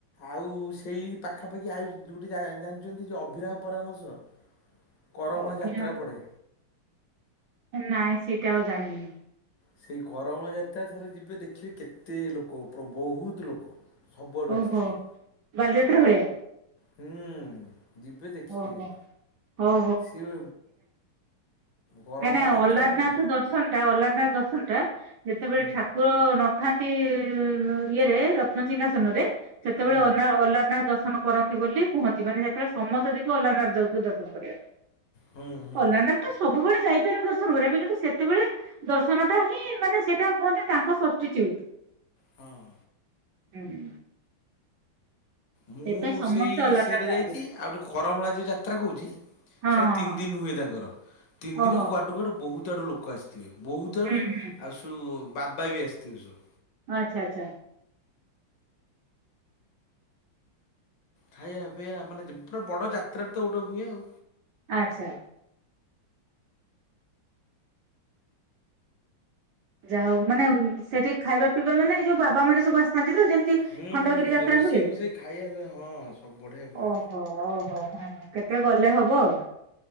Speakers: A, on the left; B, on the right.
A: ଆଉ ସେଇ ପାଖାପାଖି ଆଉ ଯୋଉଟେ ଜାଣିଛନ୍ତି ଯେ ଅଭିରାମ ପରମହଂସ। କର୍ମଳା
B: ଅଭିରାମ
A: ଯାତ୍ରା ପଡ଼େ।
B: ନାଇଁ ସେଟା ଆଉ ଜାଣିନି।
A: ସେଇ କର୍ମଳା ଯାତ୍ରା ଥରେ ଯିବେ ଦେଖିବେ କେତେ ଲୋକ ବହୁତ ଲୋକ। ସବୁଆଡ଼ୁ
B: ଓହୋ
A: ଆସିଥିବେ।
B: ବାଲିଯାତ୍ରା ଭଳିଆ।
A: ହୁଁ ଯିବେ ଦେଖିବେ
B: ଓହୋ ହଉ
A: ସିଏ କରମଳା
B: କାହିଁକି ନା
A: ଯାତ୍ରା
B: ଅଲାରନାଥ
A: ହୁଁ
B: ଦର୍ଶନ ଟା ଅଲାରନାଥ ଦର୍ଶନ ଟା ଯେତେବେଳେ
A: ହୁଁ
B: ଠାକୁର ନଥାନ୍ତି ଇଏରେ ରତ୍ନସିଂହାସନ ରେ ସେତେବେଳେ
A: ହୁଁ
B: ଅ ଅଲାରନାଥ ଦର୍ଶନ କରନ୍ତି ବୋଲି କୁହନ୍ତି ମାନେ ଯେତେବେଳେ ସମସ୍ତ ଦେଖିବେ ଅଲାରନାଥ ଯାଉଥିବେ ଦର୍ଶନ କରିବା ପାଇଁ।
A: ହୁଁ ହୁଁ
B: ଅଲାରନାଥ ତ ସବୁବେଳେ ଯପାରିବା ଦର୍ଶନ କରିବା ପାଇଁ କିନ୍ତୁ ସେତେବେଳେ ଦର୍ଶନଟା ହିଁ ମାନେ ସେଇଟା କୁହନ୍ତି ତାଙ୍କ ସବ୍ଷିଚିଉଟ
A: ହଁ
B: ହୁଁ।
A: ମୁଁ
B: ସେଥିପାଇଁ ସମସ୍ତେ
A: ସେଇ
B: ଅଲାରନାଥ
A: ସେଇଟା
B: ଯାଆନ୍ତି
A: ଯାଇଛି ଆଉ ଗଟେ କର୍ମଳା ଯୋଉ ଯାତ୍ରା କହୁଛି। ସେଇଟା
B: ହଁ ହଁ
A: ତିନି
B: ହଁ
A: ଦିନ ହୁଏ ତାଙ୍କର ତିନି
B: ଓହୋ
A: ଦିନ କୁଆଡୁ କୁଆଡେ ବହୁତ ବହୁତ ଆଡୁ ଲୋକ ଆସିଥିବେ ବହୁତ ଆଡୁ
B: ହୁଁ ହୁଁ।
A: ଆଉ ସବୁ ବାବା ବି ଆସିଥିବେ ସବୁ।
B: ଆଚ୍ଛା-ଆଚ୍ଛା।
A: ଖାଇବା ପିଇବା ମାନେ ପୁରା ବଡ ଯାତ୍ରାରେ ତ ଗୋଟେ ହୁଏ ଆଉ।
B: ଆଚ୍ଛା। ଯାହା ହଉ ମାନେ ସେଠି ଖାଇବା ପିଇବା ମାନେ ଯୋଉ ବାବା ମାନେ ସବୁ ଆସିଥାନ୍ତି। ଯେମତି
A: ହୁଁ
B: ଖଣ୍ଡଗିରି
A: ହୁଁ
B: ଯାତ୍ରା
A: ରୋଷେଇ
B: ହୁଏ।
A: ଫୋଷେଇ ଖାଇବା ପିଇବା ହଁ ସବୁ ବଢ଼ିଆ ପୁରା।
B: ଓହୋ-ଓହୋ। ହଁ କେତେ ଗଲେ ହବ ଆଉ।